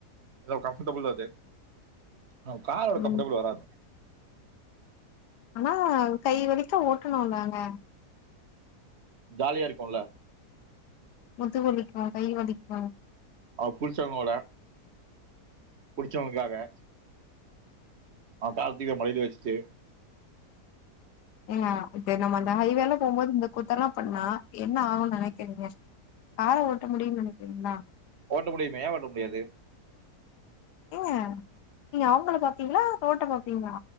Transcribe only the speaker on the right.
எந்த ஒரு கம்ஃபர்ட்டபிள் இருக்காது ஆ காரோட
கம்ஃபர்டபிள் வராது
ஜாலியா இருக்கோல்ல
அவ புருசனோட புடிச்சவங்களுக்காக அவ கார்த்திக்க படிக்க வச்சுட்டு
ஓட்ட முடியுமே ஏன் ஓட்ட முடியாது